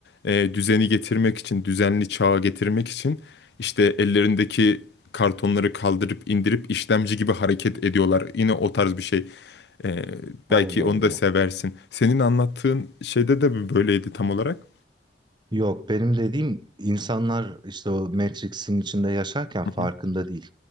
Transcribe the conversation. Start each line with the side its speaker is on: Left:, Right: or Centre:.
Left: eee, düzeni getirmek için düzenli çağa getirmek için işte ellerindeki kartonları kaldırıp indirip işlemci gibi hareket ediyorlar. Yine o tarz bir şey. Eee, belki
Right: Allah
Left: onu
Right: Allah.
Left: da seversin. Senin anlattığın şeyde de mi böyleydi tam olarak?
Right: Yok benim dediğim insanlar işte o Matrix'in içinde yaşarken
Left: Hı
Right: farkında
Left: hı.
Right: değil.